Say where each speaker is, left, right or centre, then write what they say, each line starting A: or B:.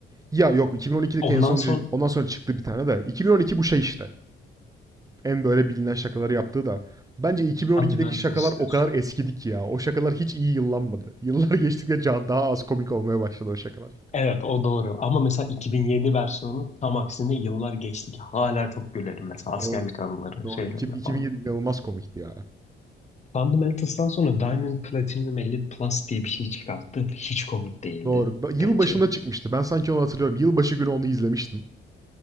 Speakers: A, on the right; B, on the left.
A: Ya yok 2012'deki
B: Ondan
A: en sonuncu
B: sonra
A: değil. Ondan sonra çıktı bir tane de. 2012 bu şey işte. En böyle bilinen şakaları yaptığı da. Bence 2012'deki
B: Fundamentals
A: şakalar
B: diyorsun.
A: o kadar eskidi ki ya. O şakalar hiç iyi yıllanmadı. Yıllar geçtikçe daha az komik olmaya başladı o şakalar.
B: Evet o doğru. Ama mesela 2007 versiyonu tam aksine yıllar geçti ki hala çok gülerim mesela askerlik
A: Doğru.
B: anıları
A: Doğru.
B: şeylerine
A: İki- 2007
B: falan.
A: inanılmaz komikti ya.
B: Fundamentals'tan sonra Diamond Platinum Elite Plus diye bir şey çıkarttı. Hiç komik değildi
A: Doğru. Ba- Yıl
B: bence.
A: başında çıkmıştı. Ben sanki onu hatırlıyorum. Yılbaşı günü onu izlemiştim.